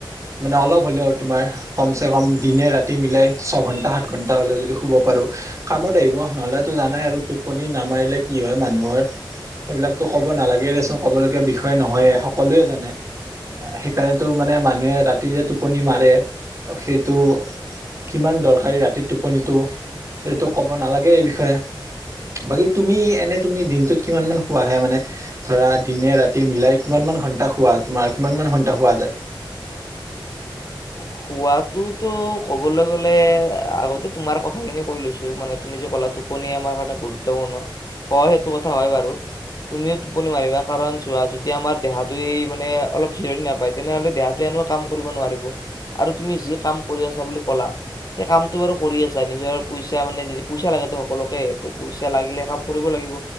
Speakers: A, on the right; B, on the left.
A: মানে অলপ হ'লেও আৰু তোমাৰ। কম চে কম দিনে ৰাতি মিলাই ছয়ঘণ্টা সাত ঘণ্টা হ'লেও যদি শুব পাৰোঁ। কামত আহিব নহ'লেতো জানাই আৰু টোপনি নামাৰিলে কি হয় মানুহৰ। সেইবিলাকতো ক'ব নালাগেই দেচোন ক'ব লগীয়া বিষয়ে নহয় সকলোৱে জানে সেইকাৰনেতো। মানে মানুহে ৰাতি যে টোপনি মাৰে তো সেইটো। কিমান দৰকাৰী ৰাতি টোপনিটো সেইটো ক'ব নালাগে এই বিষয়ে। বাকী তুমি এনে তুমি দিনটোত কিমান মান শুৱা হে মানে? ধৰা দিনে ৰাতি মিলাই কিমান মান ঘন্টা শুৱা তোমাৰ কিমান মান ঘণ্টা শুৱা যায়?
B: শোৱাতোতো ক'বলৈ গলে আগতে তোমাৰ কথাখিনি কৈ লৈছোঁ মানে তুমি যে ক'লা টোপনি আমাৰ কাৰণে গুৰুত্বপূৰ্ণ হয় সেইটো কথা হয় বাৰু। তুমিও টোপনি মাৰিবা কাৰণ চোৱা যদি আমাৰ দেহাটোৱে মানে অলপ জিৰণি নাপায় তেনেহ'লে দেহা ত' এনেও কাম কৰিব নোৱাৰিব আৰু তুমি যি কাম কৰি আছা বুলি ক'লা। সেই কামটো বাৰু কৰি আছা নিজৰ পইচা মানে পইচা লাগেতো সকলোকে তো পইচা লাগিলে কাম কৰিব লাগিব।